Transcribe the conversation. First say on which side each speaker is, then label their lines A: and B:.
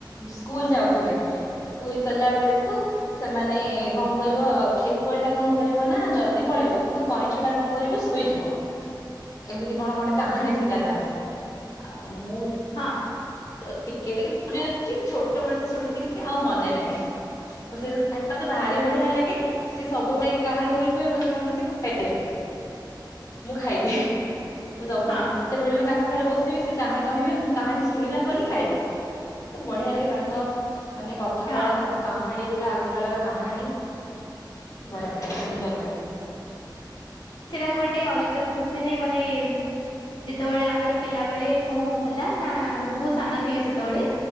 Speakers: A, on the left; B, on the left.
A: ସ୍କୁଲ ଯାଉଥିବେ ସ୍କୁଲ ଗଲା ବେଳକୁ ସେମାନେ କଣ କରିବ ଠେକୁଆ ଟା କଣ କରିବ ନା ଜଲଦି ପଳେଇବ କିନ୍ତୁ କଇଁଛ ଟା କଣ କରିବ ଶୋଇଯିବ।
B: ଁ
A: ଏମିତି କଣ ଗୋଟେ କାହାଣୀ ଥିଲା ତାର ଆଉ ମୁଁ
B: ହଁ।
A: ତ ଟିକେ ଟିକେ ମନେ ଅଛି ଛୋଟବେଳ ତ ଶୁଣିଥିଲି ଆଉ ମନେ ନାହିଁ। ଓ ସେ <unintelligible> ଖାଇତେ ଭରି ବଢିଆ ଲାଗେ। ସିଏ ସବୁବେଳେ କାହାଣୀ କୁହେ କୁହେ ମତେ କଣ କରନ୍ତି ଖୁଆଇବାକୁ। ମୁଁ ଖାଇଦିଏ ମୁଁ ସବ
B: ହଁ
A: ଯେତେବେଳେ ବି ତାଙ୍କ ସାଙ୍ଗରେ ବସିବି ସେ କାହା କହିବେ ମୁଁ କାହାଣୀ ଶୁ ଶୁଣିଲା ପରେ ହିଁ ଖାଇବି ତ ବଢିଆ ଲାଗେ ତାଙ୍କ ମାନେ କଥାବାଡା
B: ହଁ।
A: ତାଙ୍କ କାହାଣୀ ଗୁଡା ଆଗ କାଳର କାହାଣୀ ବଢିଆ ଲାଗେ ସୁନ୍ଦର ଲାଗେ।
B: ସେଇଟା ଗୋଟେ ଅଲଗା ଖୁସି ନାଇଁ ମାନେ ଯେତେବେଳେ ଆମର ପିଲାବେଳେ କଁ ହଉଥିଲା ନା ମୁଁ ବହୁତ ସାନ ଥିବି ସେତେବେଳେ।